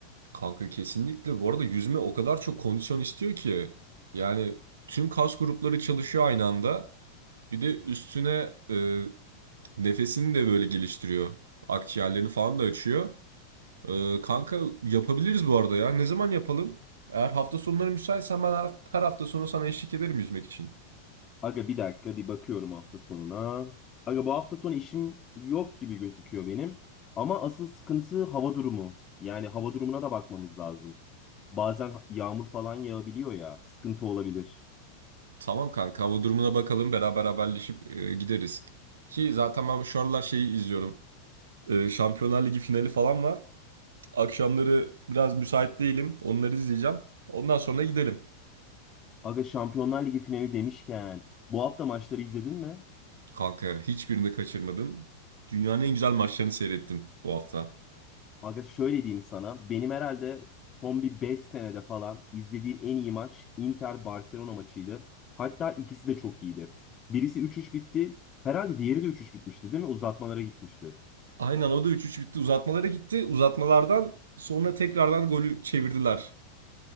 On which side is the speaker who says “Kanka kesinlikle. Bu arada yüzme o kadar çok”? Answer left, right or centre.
Right